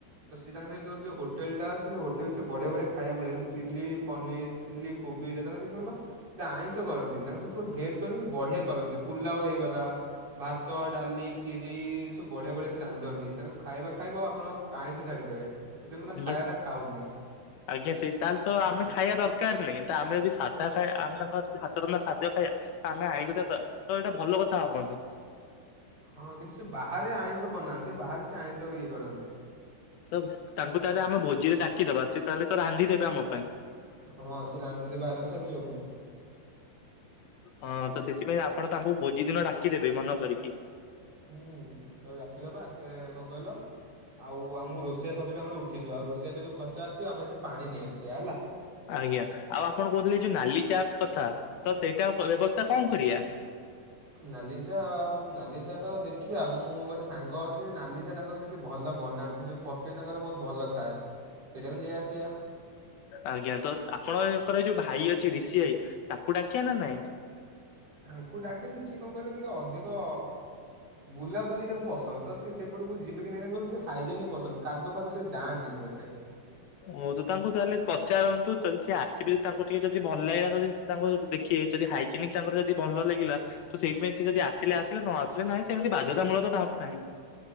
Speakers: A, on the right; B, on the left.
A: ତ ସେ ତାଙ୍କ ସହିତ ଗୋଟେ ହୋଟଲ ଟା ଅଛି ସେ ହୋଟଲ ସେ ବଢଆ ବଢିଆ ଖା ଖାଇବାକୁ ମିଳେନି ଚିଲ୍ଲି ପନିର୍, ଚିଲ୍ଲି କୋବି ଯେତେଯେତି କହିଲ। ସେ ଆଇଁଷ କରନ୍ତିନି ତାଙ୍କ ସବୁ ସବୁ ଭେଜ୍ କରନ୍ତି ବଢିଆ କରନ୍ତି ପୁଲାଉ ହେଇଗଲା ଭାତ, ଡାଲି, ଖିରି ଏ ସବୁ ବଢିଆ ବଢ଼ିଆ ସେ ରାନ୍ଧନ୍ତି ତାଙ୍କ ଖାଇବା ଖାଇବ ଆପଣ ଆଇଁଷ ଛାଡ଼ିଦେବେ ସେଥିପାଇଁ ତାଙ୍କ
B: ଆଜ୍ଞା
A: ଖାଇବାଟା ଖାଉନି।
B: ଆଜ୍ଞା ସେଇ ତାହେଲେ ତ ଆମେ ଖାଇବା ଦରକାର ନାହିଁ ତ ଆମେ ଯଦି ସାଧା ଖାଇ ଆମେ ତାଙ୍କର ହା ତ ରନ୍ଧା ଖାଦ୍ୟ ଖାଇବା ଆମେ ଆଇଂଶ ଛାଡ଼ିଦବା ତ ଏଟା ଭଲ କଥା ହବନି।
A: ହଁ କିନ୍ତୁ ସେ ବାହାରେ ଆଇଁଷ ବନାନ୍ତି ବାହାରେ ସେ ଆଇଁଷ ଇଏ କରନ୍ତି।
B: ତ ତାଙ୍କୁ ତାହେଲେ ଆମ ଭୋଜିରେ ଡାକିଦବା ସେ ତାହେଲେ ତ ରାନ୍ଧିଦେବେ ଆମ ପାଇଁ।
A: ହଁ ସେ ରାନ୍ଧିଦେବେ ଆରାମସେ ଆଉ କିଛି ହବନି।
B: ହଁ ତ ସେଥିପାଇଁ ଆପଣ ତାଙ୍କୁ ଭୋଜି ଦିନ ଡାକିଦେବେ ମନ କରିକି।
A: ହୁଁ, ତାକୁ ଡାକିଦବା ସେ କଣ କହିଲ ଆଉ ଆମକୁ ରୋଷେଆ ଖର୍ଚ୍ଚ ବି ଆମର ଉଠିଯିବ ଆଉ ରୋଷେଆ ପାଇଁ ଯୋଉ ଖର୍ଚ ଆସିବ ଆମ ସେଠି ପାଣି ନେଇ ଆସିବା ହେଲା।
B: ଆଜ୍ଞା, ଆଉ ଆପଣ କହୁଥିଲେ ଯୋଉ ନାଲି ଚା କଥା, ତ ସେଇଟା ବ୍ୟବସ୍ଥା କଣ କରିବା?
A: ନାଲି ଚା, ନାଲି ଚା ଟା ଦେଖିବା ମୁଁ ଗୋଟେ ସାଙ୍ଗ ଅଛି ନାଲି ଚା ତାଙ୍କ ସେ ଭଲ ବନାନ୍ତି ସେ ଯେଉଁ ପତିଟା ତାଙ୍କର ବହୁତ ଭଲ ଥାଏ। ସେଇଟା ବି ନେଇଆସିବା।
B: ଆଜ୍ଞା, ତ ଆପଣଙ୍କର ଯୋଉ ଭାଇ ଅଛି ରିଷିଆାଇ ତାକୁ ଡାକିଆ ନା ନାଇଁ?
A: ତାଙ୍କୁ ଡାକେ ଯେ ସିଏ କଣ କହିଲେ ଟିକେ ଅଧିକ ବୁଲାବୁଲି ତାଙ୍କୁ ପସନ୍ଦ ତ ସେ ସେ ଟକୁ ଯିବେ କି ନହିଁ ତାଙ୍କୁ ସେ ହାଇଜେନିକ ପସନ୍ଦ କାଦୁଅ ଫାଦୁଅ ସେ ଯାଆନ୍ତିନି ଏତେ।
B: ହ ତ ତାଙ୍କୁ ତାହେଲେ ପଚାରନ୍ତୁ ଯଦି ସିଏ ଆସିବବେ ଯଦି ତାଙ୍କୁ ଟିକେ ଯଦି ଭଲ ଲାଗିଲା ଯଦି ତାଙ୍କୁ ଦେଖିବେ ଯଦି ହାଇଜେନିକ ତାଙ୍କର ଯଦି ଭଲ ଲାଗିଲା ତ ସେଇଥିପାଇଁ ସିଏ ଯଦି ଆସିଲେ ଆସିଲେ ନ ଆସିଲେ ନାହିଁ, ସେମିତି ବାଧ୍ୟତାମୂଳକ ତ କାହାକୁ ନାହିଁ।